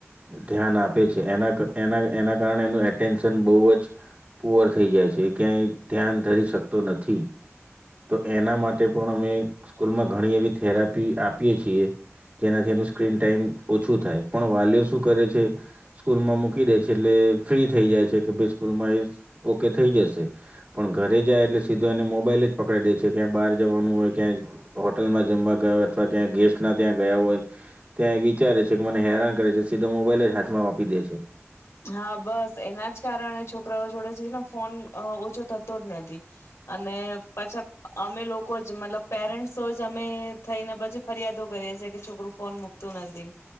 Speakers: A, on the right; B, on the left.
A: ધ્યાન આપે છે. એના ક એના-એના કારણે એનું એટેન્શન બહુ જ પુઅર થઈ જાય છે, એ ક્યાંય ધ્યાન ધરી શકતો નથી. તો એના માટે પણ અમે સ્કૂલમાં ઘણી એવી થેરાપી આપીએ છીએ, જેનાથી એનું સ્ક્રીન ટાઈમ ઓછું થાય, પણ વાલીઓ શું કરે છે સ્કૂલમાં મૂકી દે છે, એટલે ફ્રી થઈ જાય છે કે ભાઈ સ્કૂલમાં એ ઓકે થઈ જશે, પણ ઘરે જાય એટલે સીધો એને મોબાઈલ જ પકડાઈ દે છે, ક્યાંક બહાર જવાનું હોય ક્યાંય હોટલમાં જમવા ગયા હોય, અથવા ક્યાંય ગેસ્ટ ના ત્યાં ગયા હોય, ત્યાં એ વિચારે છે કે મને હેરાન કરે છે સીધો મોબાઈલ જ હાથમાં આપી દે છે.
B: હા બસ એના જ કારણે છોકરાઓ જોડે છેને ફોન અ ઓછો થતો જ નથી અને પછા અમે લોકો જ મતલબ પેરેન્ટસો જ અમે થઈને પછી ફરિયાદો કરીએ છીએ કે છોકરું ફોન મુકતું નથી